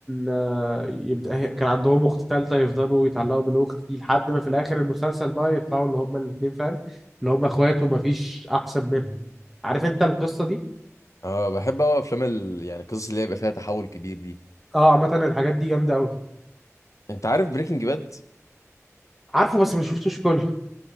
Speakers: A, in the centre; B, on the left.
A: آه يبدا هي- كان عندهم اخت تالته يفضلوا يتعلقوا بالاخت دي لحد ما في الاخر المسلسل بقى يطلعوا اللي هم الاثنين فاهم اللي هم اخوات ومفيش احسن منهم عارف انت القصه دي
B: اه بحب اوي افلام ال... يعني القصص اللي يبقى فيها تحول كبير دي
A: اه عامه الحاجات دي جامده قوي
B: انت عارف بريكنج باد
A: عارفه بس ما شفتوش كله